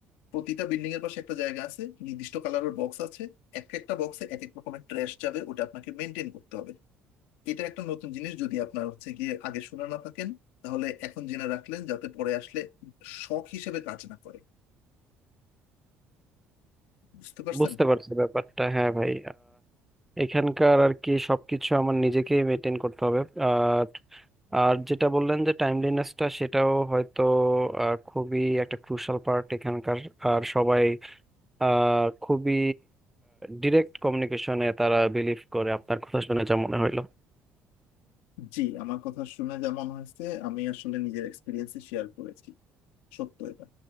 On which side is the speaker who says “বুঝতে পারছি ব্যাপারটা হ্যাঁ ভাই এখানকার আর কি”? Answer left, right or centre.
Centre